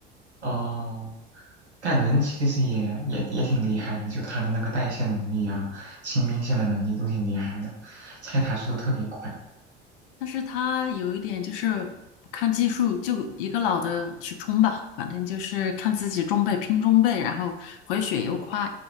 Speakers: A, on the right (about 90°); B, on the left (about 55°).
A: 哦，盖伦其实也也也挺厉害的，就他的那个带线能力啊、清兵线的能力都挺厉害的，拆塔速度特别快。
B: 但是他有一点就是不看技术，就一个老的去冲吧，反正就是看自己中备拼中备，然后回血又快，